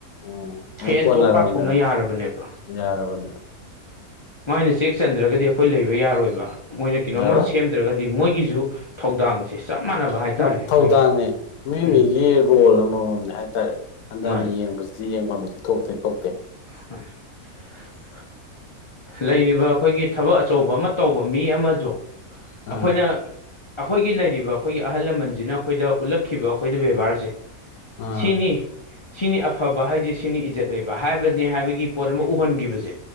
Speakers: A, on the left; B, on the left.
A: ꯑꯥ ꯑꯗꯨꯝ
B: ꯍꯦꯟ
A: ꯀꯣꯟꯅꯔꯕꯅꯦꯕ
B: ꯇꯣꯛ ꯄꯥꯊꯣꯛꯅ ꯌꯥꯔꯕꯅꯦꯕ
A: ꯌꯥꯔꯕꯅꯦꯕ꯫
B: ꯃꯥꯏꯅ ꯆꯦꯛ ꯆꯟꯗ꯭ꯔꯒꯗꯤ ꯑꯩꯈꯣꯏ ꯂꯩꯕ ꯌꯥꯔꯣꯏꯕ ꯃꯣꯏꯅ ꯀꯤꯅꯣꯝꯃꯥ
A: ꯌꯥꯔꯣꯏ
B: ꯁꯦꯝꯗ꯭ꯔꯒꯗꯤ ꯃꯣꯏꯒꯤꯖꯨ ꯊꯧꯗꯥꯡꯖꯦ ꯆꯞ ꯃꯥꯟꯅꯕ ꯍꯥꯏꯇꯥꯔꯦ
A: ꯃꯣꯏ
B: ꯑꯥꯈꯣꯏꯒ
A: ꯊꯧꯗꯥꯡꯅꯦ ꯃꯤ
B: ꯎꯝ꯫
A: ꯃꯤꯒꯤ ꯔꯣꯜ ꯑꯃꯥꯃꯝꯅꯦ ꯍꯥꯏꯇꯥꯔꯦ ꯍꯟꯗꯅ
B: ꯃꯥꯅꯤ
A: ꯌꯦꯡꯕꯖꯤꯗꯤ ꯌꯦꯡꯕꯝꯗꯤ ꯊꯣꯛꯇꯤ ꯊꯣꯛꯇꯦ꯫
B: <unintelligible> ꯂꯩꯔꯤꯕ ꯑꯈꯣꯏꯒꯤ ꯊꯕꯛ ꯑꯆꯧꯕ ꯑꯃꯥ ꯇꯧꯕ ꯃꯤ ꯑꯃꯥꯗꯣ ꯑꯈꯣꯏꯅ
A: ꯑꯥ
B: ꯑꯥꯈꯣꯏꯒꯤ ꯂꯩꯔꯤꯕ ꯑꯥꯈꯣꯏꯒꯤ ꯑꯍꯜ ꯂꯃꯟꯖꯤꯅ ꯑꯥꯈꯣꯏꯗ ꯎꯠꯂꯛꯈꯤꯕ ꯑꯥꯈꯣꯏꯗ ꯕꯦꯕꯥꯔꯖꯦ꯫
A: ꯑꯥ
B: ꯁꯤꯅꯤ ꯁꯤꯅꯤ ꯑꯐꯕ ꯍꯥꯏꯖꯦ ꯁꯤꯅꯤ ꯏꯖꯠ ꯂꯩꯕ ꯍꯥꯏ ꯕꯅꯦ ꯍꯥꯏꯕꯒꯤ ꯄꯣꯠ ꯑꯃ ꯎꯍꯟꯒꯤꯕꯖꯦ